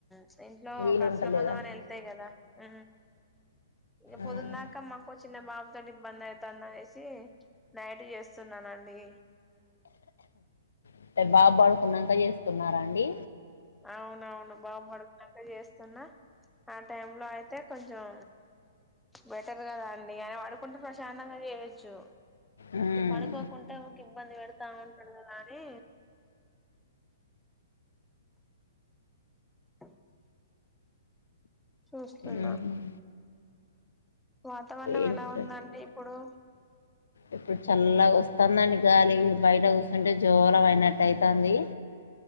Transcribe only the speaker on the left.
వీలుంటలేదా
ఉమ్
అంటే బాబ్ పడుకున్నంక చేస్తున్నారా అండీ.
ఉమ్
ఉమ్
ఏంట
ఇప్పుడ్ చల్లగ వస్తాదండి గాలీ, బయట కూసుంటే జోలపాడినట్టు అయితాందీ.